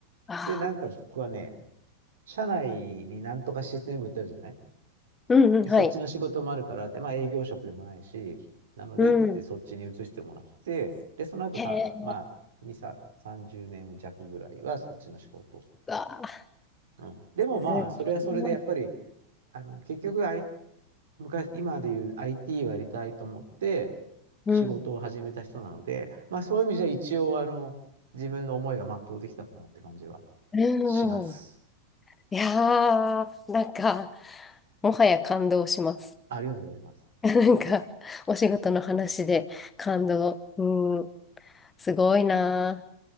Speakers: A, on the left (about 15°); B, on the right (about 60°).
A: ああ、
B: で、なんか僕はね、社内になんとかシステム売ってあるじゃない
A: うん、うん、
B: で、そっちの仕事もあるからって、
A: はい。
B: まあ営業職でもないし、なのでってそっちに移してもらって、
A: うん。
B: で、その後さ、
A: へえ、
B: まあ、2、さ30年弱ぐらいはそっちの仕事。
A: ああ、
B: うん、でもまあ、
A: す
B: それはそれでやっぱり、
A: ごい。
B: あの、結局、I、昔、今で言う IT をやりたいと思って仕事を始めた人なので、
A: うん、
B: まあそういう意味じゃ一応、あの、自分の思いが全うできたかなって感じは
A: うん。
B: します。
A: いやー、なんか、もはや感動します。
B: ありがとうございます。
A: <laughs> なんか、お仕事の話で感動。うん、すごいなー。